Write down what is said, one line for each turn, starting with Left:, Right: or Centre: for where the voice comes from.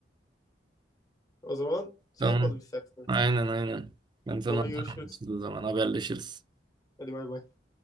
Left: O zaman şey
Right: Tamam.
Left: yapalım istersen.
Right: Aynen aynen. Ben sana
Left: Sonra
Right: atarım
Left: görüşürüz.
Right: açıldığı zaman haberleşiriz.
Left: Hadi bay bay.